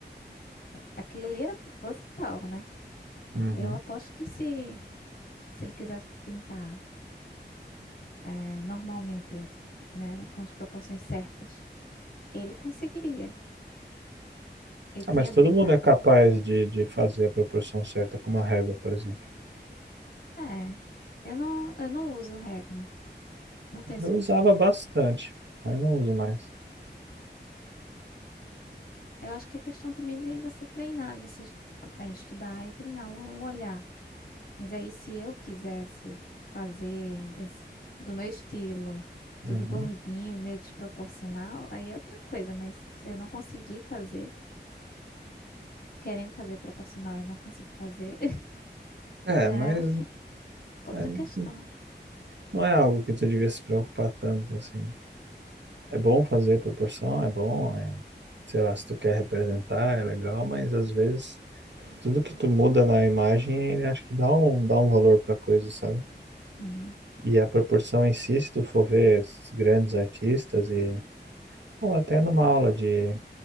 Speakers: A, on the left (about 55°); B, on the right (about 80°).
A: Aquilo ali era proposital, né?
B: Uhum.
A: Eu aposto que se, se ele quisesse pintar eh, normalmente, né, com as proporções certas, ele conseguiria. Ele tinha
B: Ah, mas
A: habilidade.
B: todo mundo é capaz de, de fazer a proporção certa com uma régua, por exemplo.
A: É, eu não, eu não uso régua, não tenho esse
B: Eu
A: costume.
B: usava bastante, mas não uso mais.
A: Eu acho que é questão também de você treinar, de você eh, estudar e treinar o olhar. Mas aí, se eu quisesse fazer esse- do meu estilo, tudo
B: Uhum.
A: gordinho, meio desproporcional, aí é outra coisa, mas se eu não consegui fazer, querendo fazer proporcional e não consigo fazer, <laughs>
B: É,
A: já
B: mas
A: é outra, outra
B: é,
A: questão.
B: não é algo que tu devia se preocupar tanto, assim. É bom fazer proporção, é bom, é, sei lá, se tu quer representar, é legal, mas às vezes tudo que tu muda na imagem, ele acho que dá um, dá um valor pra coisa, sabe?
A: Uhum,
B: E a proporção em si, se tu for ver esses grandes artistas e ou até numa aula de